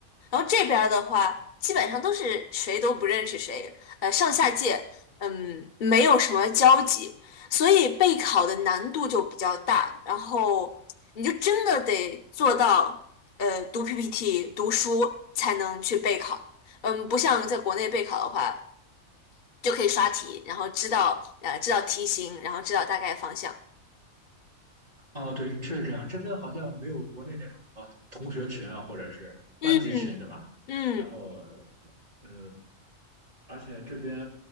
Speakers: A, on the left; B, on the right.
A: 然后这边儿的话，基本上都是谁都不认识谁，呃，上下届，嗯，没有什么交集。所以备考的难度就比较大，然后你就真的得做到，呃，读 PPT、读书才能去备考。嗯，不像在国内备考的话，就可以刷题，然后知道呃知道题型，然后知道大概方向。
B: 啊，对，确实这样。这边好像没有国内那种啊同学群啊，或者是班级群，
A: 嗯
B: 对吧？
A: 嗯
B: 然后，呃，而且这边，